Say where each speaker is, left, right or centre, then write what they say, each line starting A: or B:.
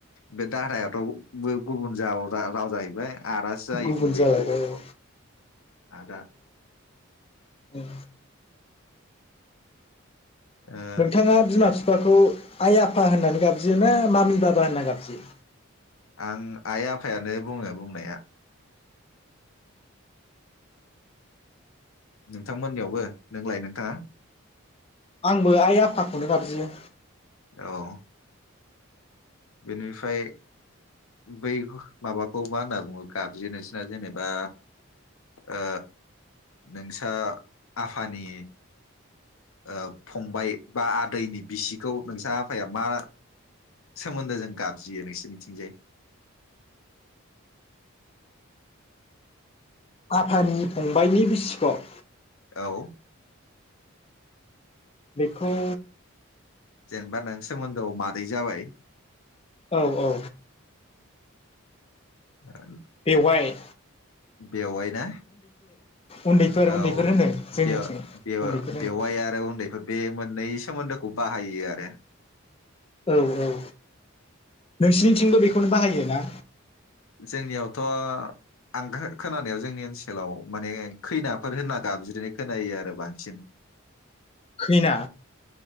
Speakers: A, on the left (about 75°); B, on the left (about 25°).
A: बे दादायाथ' बै गुबुन जाव रा राव जाहैबाय। आदासो जायो
B: गुबुन
A: गुबैयै
B: जालायबाय
A: बर'आवथ'
B: औ
A: आदा।
B: उम
A: ओ
B: नोंथाङा बिमा फि फाखौ आइ आफा होननानै गाबज्रियो ना मामि बाबा होनना गाबज्रियो?
A: आं आइ आफायानो बुङो बुंनाया। नोंथांमोननियावबो नोंलाय नोंथाङा?
B: आंबो आइ आफाखौनो गाबज्रियो।
A: औ बेनिफार बै माबाखौ मा होनना बुङो गाबज्रियो नोंसिना जेनेबा ओ नोंसा आफानि ओ फंबाय बा आदैनि बिसिखौ नोंसा आफाया मा सोमोन्दो जों गाबज्रियो नोंसोरनिथिंजाय?
B: आफानि फंबायाइनि बिसिख'?
A: औ
B: बेखौ
A: जेनबा नों सोमोन्दोआव मादै जाबाय।
B: औ औ।
A: <inaudible>
B: बेवाय।
A: बेवाय ना
B: उन्दैफोर उन्दैफोर
A: औ
B: होनो जोंनिथिं
A: बेव बेव
B: उन्दैफोर होनो
A: बेवाय आरो उन्दैफोर ब बे मोननै सोमोन्दोखौ बाहायो आरो।
B: औ औ नोंसिनिथिंबो बेखौनो बाहायो। ना?
A: जोंनियावथ' आं खो-खोनानायाव जोंनि ओनसोलाव माने खैनाफोर होनना गाबज्रिनाय खोनायो आरो बांसिन।
B: खैना